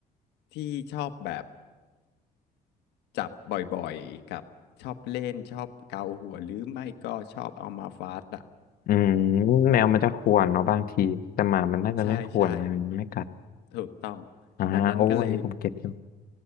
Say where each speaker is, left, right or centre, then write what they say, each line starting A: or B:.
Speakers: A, on the left (about 85°); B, on the left (about 60°).
A: ที่ชอบแบบจับบ่อยๆกับชอบเล่นชอบเกาหัวหรือไม่ก็ชอบเอามาฟาดอ่ะ
B: อืมแมวมันจะข่วนเนาะบางทีแต่หมามันน่าจะไม่ข่วนนะมันไม่กัด
A: <laughs> ใช่ใช่ถูกต้อง
B: อ่าโอ้อันนี้ผมเก็ตอยู่
A: ดังนั้นก็เลย